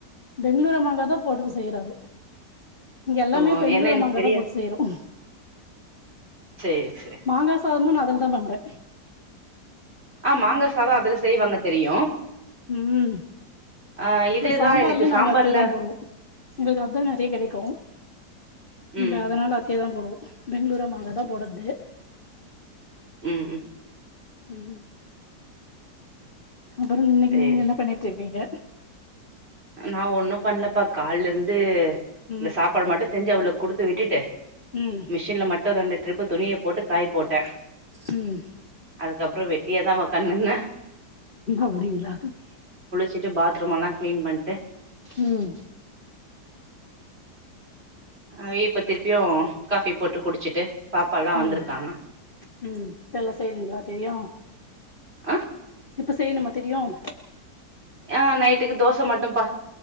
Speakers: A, on the left; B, on the right.
A: பெங்களூர் அம்மாங்க தான் போட்டு செய்யறது இங்க எல்லாமே
B: ஓ
A: பெங்களூரு
B: ஏன்னா எனக்கு
A: மாங்க
B: தெரியாது
A: தான் போட்டு செய்யறோம்
B: சேரி சேரி
A: மாங்க சாதமும் நல்லா தான் பண்றேன்
B: ஆஹ் மாங்க சாதம் அதுல செய்வாங்க தெரியும்
A: ம்
B: அஹ் இதேதான்
A: இல்ல சாம்பார்லயு
B: எனக்கு சாம்பார்ல
A: நாங்க அதையே தான் போடுவோம் எங்களுக்கு அதான் நிறைய கிடைக்கும் இங்க
B: ம்
A: அதனால அத்த தான் போடுவோம் பெங்களூரு மாங்கதான் போடுறது
B: உம் உம்
A: உம் அப்புறம் இன்னைக்கு
B: சேரி
A: நீங்க என்ன பண்ணிட்டு இருக்கீங்க
B: நான் ஒன்னும் பண்ணலப்பா கால்ல இருந்து
A: ம்
B: இந்த சாப்பாடு மட்டும் செஞ்ச அவ்வளவு கொடுத்து விட்டுட்டேன்
A: ம்
B: மிஷின்ல மட்டும் ரெண்டு ட்ரிப்பு துணியை போட்டு காயப்போட்டேன்
A: உம்
B: அதுக்கப்புறம் வெட்டியா தான் ஓட்காந்து இருந்தேன்
A: அப்படிங்களா
B: வீட்டு பாத்ரூம்ல்லாம் கிளீன் பண்ட்டு
A: உம்
B: அஹ் இப்ப திருப்பியும் காபி போட்டு குடிச்சிட்டு பாப்பால்லா வந்திருக்காங்க
A: உம் உம் இப்ப எல்லாம் செய்யறீங்களா எல்லாத்தையும்
B: ஆஹ
A: எப்ப செய்யணுமா தெரியும்
B: ஆஹ் நைட்டுக்கு தோசை மட்டும் பா